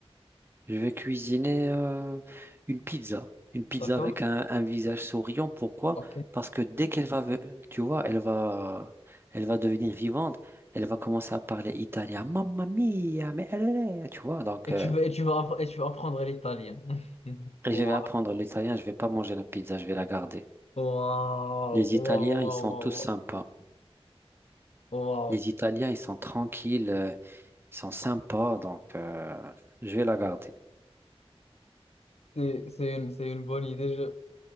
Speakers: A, on the right (about 20°); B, on the left (about 85°).
A: Je vais cuisiner euh, une pizza, une pizza
B: D'accord?
A: avec un, un visage souriant. Pourquoi?
B: Ok.
A: Parce que dès qu'elle va, ve- tu vois, elle va, elle va devenir vivante. Elle va commencer à parler italien. Mamma mia, mais elle est, tu vois. Donc,
B: Et
A: euh,
B: tu veux, et tu veux, appre- et tu veux apprendre l'italien. <laughs>
A: et
B: Wow.
A: je vais apprendre l'italien. Je vais pas manger la pizza. Je vais la garder.
B: Waouh, waouh,
A: Les Italiens,
B: waouh,
A: ils sont
B: waouh,
A: tous sympas.
B: waouh.
A: Les Italiens, ils sont tranquilles. euh, ils sont sympas. Donc, euh, je vais la garder.
B: C'est c'est une, c'est une bonne idée.